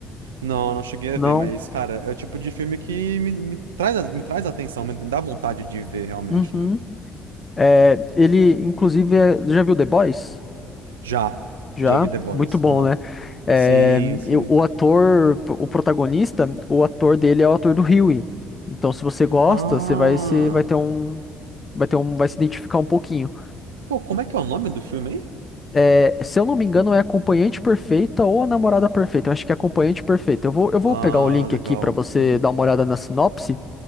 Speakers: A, on the right; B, on the left.
A: Não, não cheguei a
B: Não.
A: ver, mas, cara, é o tipo de filme que me, me traz, a- me traz atenção, me dá vontade de ver realmente,
B: Uhum.
A: né?
B: É, ele, inclusive, é- já viu The Boys?
A: Já,
B: Já,
A: já vi The Boys,
B: muito bom,
A: aham.
B: né? É,
A: Sim, sim.
B: e o ator, o protagonista, o ator dele é o ator do Huey. Então, se você gosta,
A: Ah,
B: você vai se, vai ter um, vai ter um, vai se identificar um pouquinho.
A: pô, como é que é o nome do filme, hein?
B: É, se eu não me engano, é Acompanhante Perfeita ou A Namorada Perfeita. Eu acho que é Acompanhante Perfeita. Eu vou, eu vou
A: Ah,
B: pegar o link
A: legal.
B: aqui pra você
A: Uhum.
B: dar uma olhada na sinopse.